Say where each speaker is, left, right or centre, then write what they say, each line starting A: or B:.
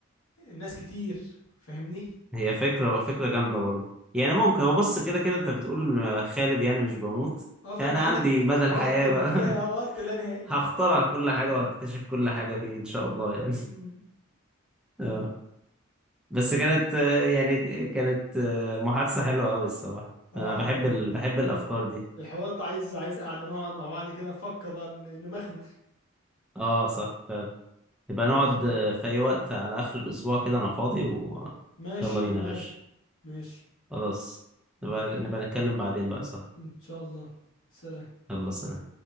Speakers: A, on the left; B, in the centre.
A: ناس كتير فاهمني
B: هي فكرة فكرة جامدة برضه يعني ممكن هو بص كده كده انت بتقول آه، خالد يعني مش بموت
A: اه فانت
B: يعني انا
A: عندك
B: عندي مدى
A: وقت
B: الحياة
A: منتهي
B: بقى
A: اه
B: <laughs>
A: وقت لا نهائي
B: هخترع كل حاجة
A: <laughs>
B: وهكتشف كل حاجة فيه ان شاء الله يعني <laughs>
A: أمم.
B: اه بس كانت آه، يعني كانت آه، محادثة حلوة قوي الصراحة
A: اه
B: انا بحب
A: حلو أوي.
B: ال... بحب الافكار دي
A: الحوار ده عايز عايز قعدة نقعد مع بعض كده نفكر بقى ن- نمخمخ
B: اه صح فعلا يبقى نقعد
A: ماشي يا أخوي.
B: آه، في اي وقت على اخر الاسبوع كده انا فاضي و...
A: ماشي
B: يلا بينا
A: ومال
B: يا باشا
A: ماشي
B: خلاص
A: ماشي
B: نبقى نبقى نتكلم بعدين بقى صح
A: إن شاء الله سلام
B: يلا سلام